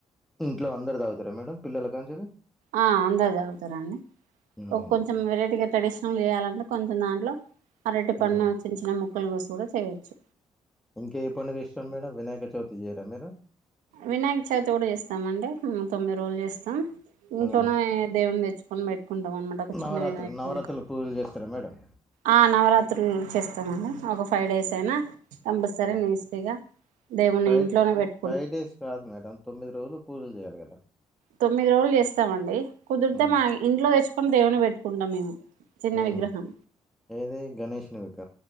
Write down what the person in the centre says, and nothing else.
ఇంట్లో అందరు తాగుతారా మేడమ్ పిల్లల కాంచేలి
అవునా
ఆ
ఇంకా ఏ పండుగ ఇష్టం మేడం వినాయక చవితి చేయరా మీరు
ఆ
నవరాత్రులు
నవరాత్రులు
పూజలు చేస్తారా మేడం
ఆ
ఫైవ్
ఫైవ్ డేస్ కాదు మేడం తొమ్మిది రోజులు పూజలు చేయాలి కదా
ఉమ్
ఉమ్
ఏది గణేష్నిక